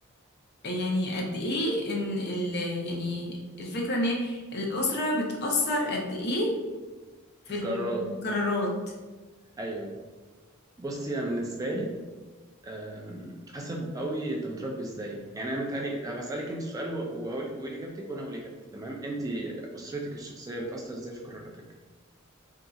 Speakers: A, on the left; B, on the right.
A: يعني قد ايه ان ال يعني الفكرة ان هي الأسرة بتأثر قد ايه في
B: في القرارات
A: القرارات
B: أيوه بصي أنا بالنسبة لي أم، حسب قوي أنت متربي إزاي يعني أنا متهيألي أنا بسألك أنت سؤال وه- وهقول وقولي إجابتك وأنا هقول إجابتي تمام أنت أسرتك الشخصية بتأثر إزاي في قراراتك؟